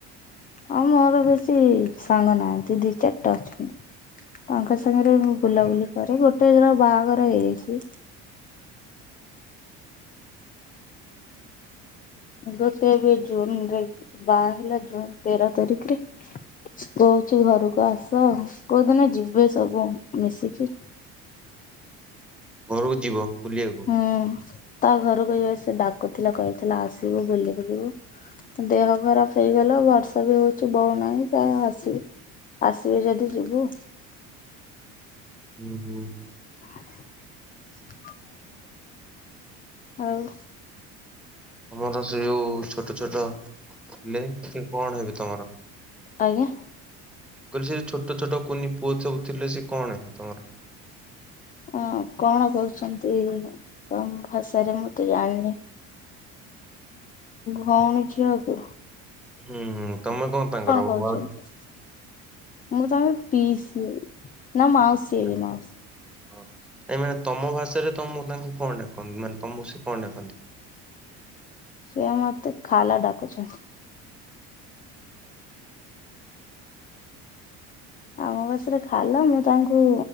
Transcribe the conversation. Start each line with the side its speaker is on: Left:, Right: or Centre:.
Left: ଆଉ ମୋର ବେଶୀ ସାଙ୍ଗ ନାହାନ୍ତି ଦି ଚାରିଟା ଅଛନ୍ତି। ତାଙ୍କ ସାଙ୍ଗରେ ମୁଁ ବୁଲାବୁଲି କରେ ଗୋଟେ ଦିନ ବାହାଘର ହେଇଯାଇଛି। ଗୋଟେ ଏବେ ଜୁନ ରେ ବାହା ହେଲା ଜୁନ ତେର ତାରିଖରେ। କହୁଛି ଘରକୁ ଆସ କୋଉଦିନ ଯିବେ ସବୁ ମିଶିକି।
Centre: ଘରକୁ ଯିବ ବୁଲିବାକୁ।
Left: ହୁଁ ତା ଘରକୁ ଯିବିବା ସେ ଡାକୁଥିଲା କହିହଥିଲା ଆସିବୁ ବିଲ ଯିବୁ। ଦେହ ଖରାପ ହେଇଗଲ ବର୍ଷ ବି ହଉଛି ବୋଉନାହିଁ ଯହା ଆସିବି। ଆସିବେ ଯଦି ଯିବୁ।
Centre: ହୁଁ ହୁଁ।
Left: <inaudible> ହଉ।
Centre: ତମର ସେ ଯୋଉ ଛୋଟ ଛୋଟ ଥିଲେ କି କଣ ହେବି ତମର।
Left: ଆଜ୍ଞା।
Centre: କହିଲେ ସେ ଛୋଟ ଛୋଟ କୁନି ପୁଅ ସବୁ ଥିଲେ ସେ କଣ ତମର।
Left: ହ କଣ କହୁଛନ୍ତି ତମ ଭାଷାରେ ମୁଁ ତୁ ଜାଣିନି ଭଉଣୀ ଝିଅ କୁ।
Centre: ହୁଁ ତମେ ତାଙ୍କର ହବ
Left: କହୁଛନ୍ତି ମୁଁ ତାଙ୍କର ପିଇସି ନା ମାଉସୀ ହେବି
Centre: ହ <inaudible>
Left: ମାଉସୀ
Centre: ହଁ ନାଇ ମାନେ ତମ ଭାଷାରେ ତମ ତାଙ୍କୁ କଣ ଡାକନ୍ତି ମାନେ ତମକୁ ସେ କଣ ଡାକନ୍ତି।
Left: ସେଏ ମତେ ଖାଲା ଡାକୁଛନ୍ତି। ଆମ ପାଶରେ ଖାଲା ମୁଁ ତାଙ୍କୁ